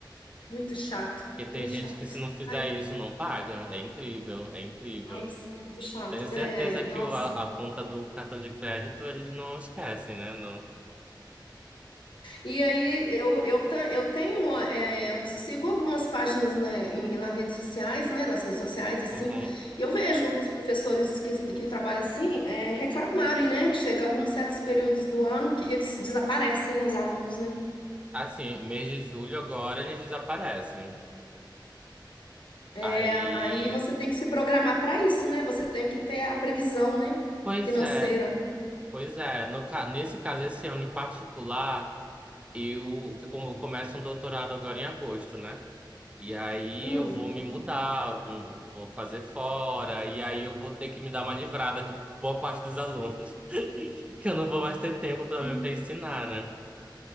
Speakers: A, on the left; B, on the right.
A: Muito chato,
B: Porque tem
A: muito
B: gente
A: chato.
B: que se não fizer
A: Ai,
B: isso não paga. É incrível, é incrível.
A: ai, isso é muito chato,
B: Tenho
A: né?
B: certeza
A: Nossa.
B: que o, a, a conta do cartão de crédito eles não esquecem, né? Não.
A: E aí eu, eu, ta- eu tenho, é, eu sigo algumas páginas né, em, nas redes sociais, né? Nas redes sociais, assim,
B: Uhum.
A: e eu vejo alguns professores que, que trabalham assim, é, reclamarem, né? Que chega alguns certos períodos do ano que eles desaparecem, né? Os alunos, né?
B: Assim, mês de julho agora eles desaparecem.
A: É,
B: Aí,
A: aí você tem que se programar para isso, né? Você tem que ter a previsão, né?
B: pois
A: Financeira.
B: é, pois é. No, ca- nesse caso, esse ano em particular, eu, que eu começo um doutorado agora em agosto, né? E aí
A: Hum.
B: eu vou me mudar, vou vou fazer fora, e aí eu vou ter que me dar uma livrada de boa parte dos alunos, <laughs> que eu não vou mais ter tempo pelo
A: Entendi.
B: menos para ensinar, né?